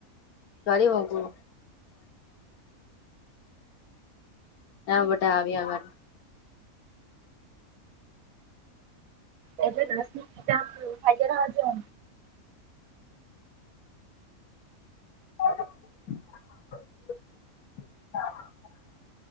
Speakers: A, on the left (about 85°); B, on the right (about 75°).
A: કરી મૂકું હા બધા આવયે અમાર.
B: એ જ ખાઈદજ.
A: <inaudible>